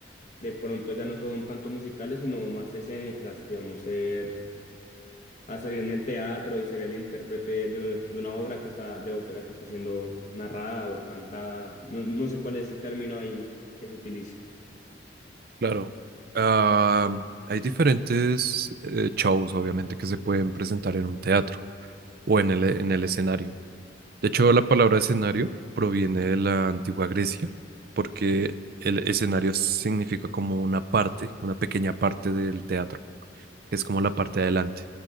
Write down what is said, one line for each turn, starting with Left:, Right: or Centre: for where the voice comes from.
Left: De pronto ya no son tanto musicales, sino más escénicas, digamos, ser, a salir en el teatro y ser el intérprete de, de una obra que está, de ópera que está siendo narrada o cantada. No, no sé cuál es el término ahí que se utilice.
Right: Claro. Ah, hay diferentes eh, shows, obviamente, que se pueden presentar en un teatro o en el, en el escenario. De hecho, la palabra escenario proviene de la antigua Grecia, porque el escenario significa como una parte, una pequeña parte del teatro, que es como la parte de adelante.